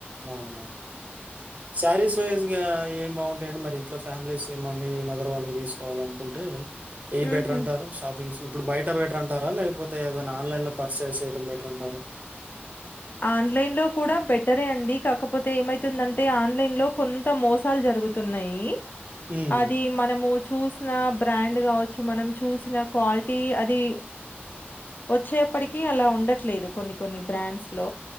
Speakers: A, on the right; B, on the left.
A: అవునవును శారిస్ వైజ్ గా ఏం బావుంటాయండి మరి ఇంట్లో ఫ్యామిలీస్ మమ్మీ మదర్ వాళ్ళకి తీసుకోవాలనుకుంటే ఏ
B: హుహు.
A: బెటర్ అంటారు షాపింగ్స్ ఇప్పుడు బయట <unintelligible> బెటర్ అంటారా లేకపోతే ఏదైనా ఆన్లైన్ లో పర్చేస్ చేయటం బెటర్ అంటారా
B: ఆన్లైన్ లో కూడా బెటరే అండి కాకపోతే ఏమైతుందంటే ఆన్లైన్ లో కొంత మోసాలు జరుగుతున్నాయి
A: హ్మ్.
B: అది మనము చూస్ ఆ బ్రాండ్ కావచ్చు మనం చూసిన క్వాలిటీ అది వచ్చేప్పటికి అలా ఉండట్లేదు కొన్ని కొన్ని బ్రాండ్స్ లో